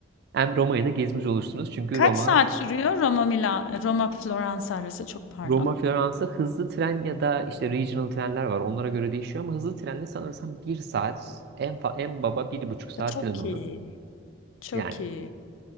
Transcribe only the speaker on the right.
Hem Roma'yı da gezmiş olursunuz. Çünkü
Roma,
Roma, Floransa hızlı tren ya da işte regional trenler var. Onlara göre değişiyor ama hızlı trenle sanırsam bir saat en, fa- en baba bir buçuk saat
falan olur.
Yani